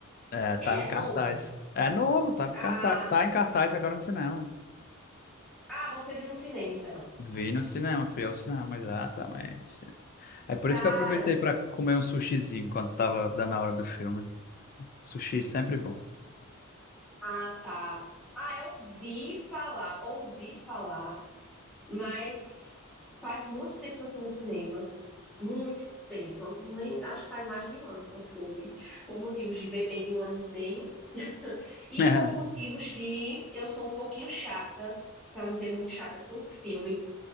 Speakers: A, on the left; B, in the centre.
A: é, tava
B: Ele é
A: em cartaz.
B: novo?
A: É novo, tava em
B: Ah,
A: cartaz, tá em cartaz agora no cinema.
B: ah, você viu no cinema, então.
A: Vi no cinema, fui ao cinema, exatamente. É por
B: Cara,
A: isso que eu aproveitei para comer um sushizinho quando tava dando a hora do filme. Sushi sempre bom.
B: ah, tá. Ah, eu ouvi falar, ouvi falar, mas faz muito tempo que eu fui no cinema. Muito tempo. Eu nem, acho que faz mais de um ano que eu fui. Por motivos de bebê de um ano e meio. <laughs> E
A: <laughs>
B: por motivos de eu sou um pouquinho chata, para não dizer muito chata com o filme.